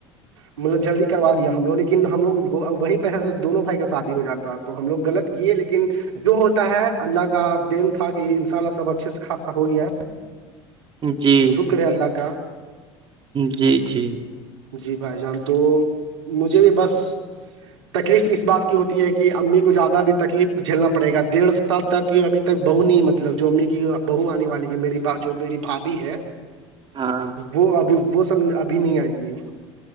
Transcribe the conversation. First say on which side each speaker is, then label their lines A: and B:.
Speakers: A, on the right; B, on the right.
A: مطلب جلدی کروا دیا ہم لوگ لیکن ہم لوگ وہی پیسے سے دونوں بھائی کا شادی ہو جاتا تو ہم لوگ غلط کیے لیکن جو ہوتا ہے اللہ کا دین تھا کہ انشاء اللہ سب اچھے سے خاصا ہو گیا ہے
B: جی
A: سکر ہے اللہ کا
B: جی جی
A: جی بھائی جان تو مجھے بھی بس تکلیف اس بات کی ہوتی ہے کہ امی کو زیادہ بھی تکلیف جھیلنا پڑے گا دڑ سے سال تک اھی تک بہو نہیں مطلب جو امی کی بہو آنے والی ہے میری جو میری بھابھی ہے
B: ہاں
A: وہ ابھی وہ سب ابھی نہیں آئے گی